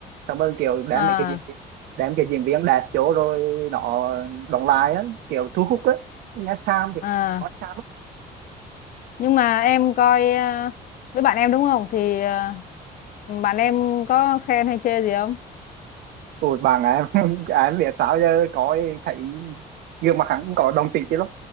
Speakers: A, on the right (about 70°); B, on the left (about 55°).
A: xong rồi kiểu đem
B: À
A: mấy cái diễn đem cái diễn viên đạt chỗ rồi nó đóng lại á kiểu thu hút á nghe Sam thì
B: à
A: có Sam á
B: nhưng mà em coi à, với bạn em đúng không? Thì à, bạn em có khen hay chê gì không?
A: ủa bạn em <laughs> em biết sao giờ coi thấy gương mặt hắn cũng có đồng tình chứ lắm